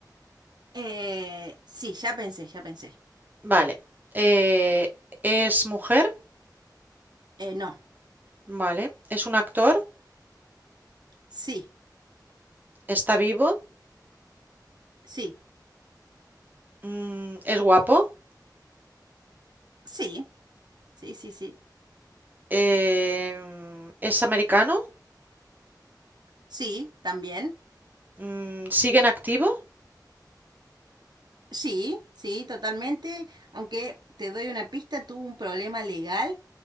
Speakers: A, on the right; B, on the right.
A: eh, sí, ya pensé, ya pensé.
B: Vale. eh, ¿es mujer?
A: Eh, no,
B: Vale. ¿Es un actor?
A: sí,
B: ¿Está vivo?
A: sí,
B: Mm, ¿es guapo?
A: sí, sí, sí, sí.
B: Em, ¿es americano?
A: Sí, también.
B: Mm, ¿sigue en activo?
A: Sí, sí, totalmente. Aunque te doy una pista, tuvo un problema legal,